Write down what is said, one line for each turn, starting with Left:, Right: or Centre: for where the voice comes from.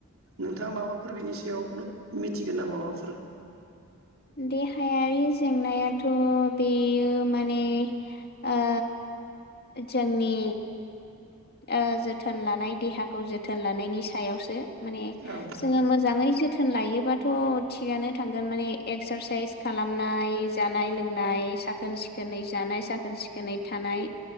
Right: नोंथाङा माबाफोर बिनि सायाव मिथिगोन ना माबा फोर
Left: देहायारि जेंनायाथ' बेयो माने ओ जोंनि ओ जोथोन लानाय देहाखौ जोथोन लानायनि सायावसो माने
Right: औ
Left: जोङो मोजाङै जोथ थोन लायोबाथ' थिगानो थांगोन माने एक्सारसाइस खालामनाय जानाय लोंनाय साखोन सिखोनै जानाय साखोन सिखोनै थानाय।